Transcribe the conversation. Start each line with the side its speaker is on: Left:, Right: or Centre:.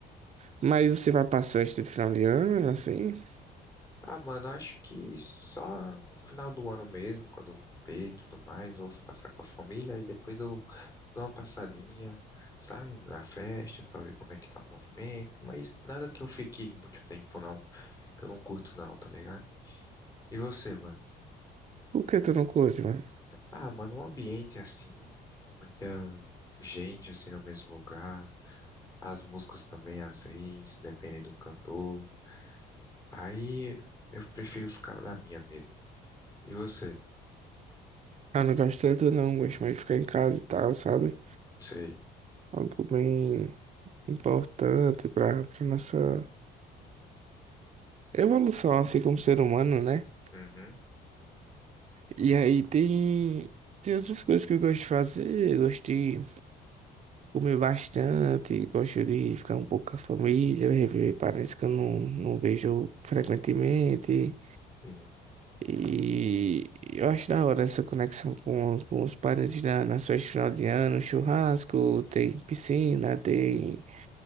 Right: Mas você vai pra festa de final de ano, assim?
Left: Ah, mano, acho que só no final do ano mesmo, quando romper e tudo mais, vou passar com a família e depois eu dou uma passadinha, sabe, na festa pra ver como é que tá o movimento, mas nada que eu fique muito tempo não, que eu não curto não, tá ligado? E você, mano?
Right: Por que tu não curte, mano?
Left: Ah, mano, um ambiente assim, muita gente assim no mesmo lugar, as músicas também às vezes, dependendo do cantor. Aí eu prefiro ficar na minha mesmo. E você?
Right: Ah, não gosto tanto não, gosto mais de ficar em casa e tal, sabe?
Left: Sei.
Right: Algo bem importante pra, pra nossa evolução, assim, como ser humano, né?
Left: Uhum.
Right: E aí tem, tem outras coisas que eu gosto de fazer, eu gosto de Comi bastante, gosto de ficar um pouco com a família, rever parentes que eu não, não vejo frequentemente.
Left: Sim.
Right: E eu acho da hora essa conexão com, com os parentes na, nas festas de final de ano, churrasco, tem piscina, tem